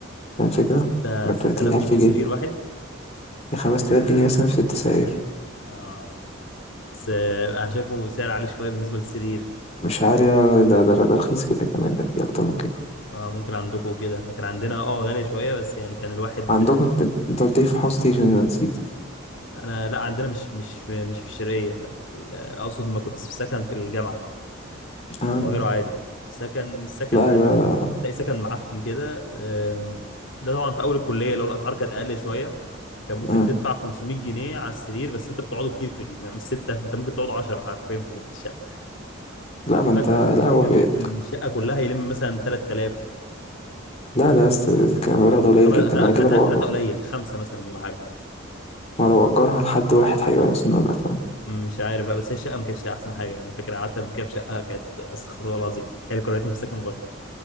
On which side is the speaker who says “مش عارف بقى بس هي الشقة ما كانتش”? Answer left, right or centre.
Left